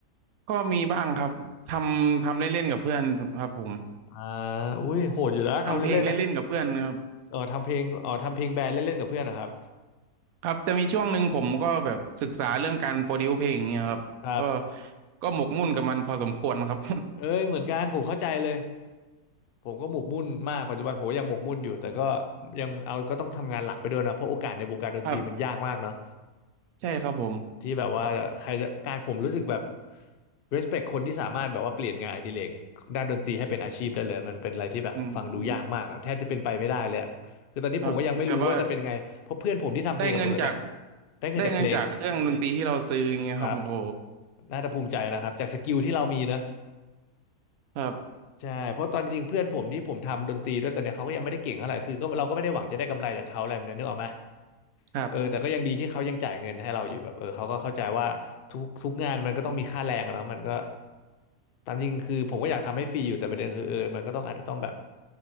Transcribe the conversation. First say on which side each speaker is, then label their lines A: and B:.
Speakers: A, on the right; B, on the left.
A: ก็มีบ้างครับทำทำเล่นๆกับเพื่อนครับผม
B: อ่าอุ้ยโหดอยู่แล้วทำเล่นๆอ่ะ
A: ทำเพอืลงมเล่นๆกับเพื่อนครับ
B: เออทำเพลงเออทำเพลงแบนด์เล่นๆกับเพื่อนนะครับ
A: ครับจะมีช่วงหนึ่งผมก็แบบศึกษาเรื่องการโปรดิวเพลงเนี่ยครับก็
B: ครับ
A: ก็หมกมุ่นกับมันพอสมควรครับ
B: เอ้ยเหมือนกันผมเข้าใจเลยผมก็หมกมุ่นมากปัจจุบันผมก็ยังหมกมุ่นอยู่แต่ก็ยังเอาก็ต้องทำงานหลักไปด้วยนะเพราะโอกาสในวงการดนตรีมันยากมากเนอะ
A: <laughs> ครับใช่ครับผม
B: ที่แบบว่าใครจะการผมรู้สึกแบบ respect คนที่สามารถแบบว่าเปลี่ยนงานอดิเรกด้านดนตรีให้เป็นอาชีพได้เลยมันเป็นอะไรที่แบบฟังดูยากมากอะแทบจะเป็นไปไม่ได้เลยอะคือตอนนี้ผมก็ยังไม่รู้ว่าจะเป็นไงเพราะเพื่อนผมที่ทำเพลงกับผมตอนเนี้ย
A: อืมครับแบบว่าได้เงินจาก
B: ได้เงินจากเพลง
A: ได้เงินจากเครื่องดนตรีที่เราซื้ออย่างเงี้ยครับโอ้โห
B: ครับน่าจะภูมิใจนะครับจากสกิลที่เรามีนะ
A: ครับ
B: ใช่เพราะตอนจริงๆเพื่อนผมที่ผมทำดนตรีด้วยตอนเนี้ยเขาก็ยังไม่ได้เก่งเท่าไหร่คือก็เราก็ไม่ได้หวังจะได้กำไรจากเขาอะไรแบบนี้นึกออกไหม
A: ครับ
B: เออแต่ก็ยังดีที่เขายังจ่ายเงินให้เราอยู่แบบเออเขาก็เข้าใจว่าทุกทุกงานมันก็ต้องมีค่าแรงอะเนาะมันก็ตามจริงคือผมก็อยากทำให้ฟรีอยู่แต่ประเด็นคือเออมันก็ต้องอาจจะต้องแบบ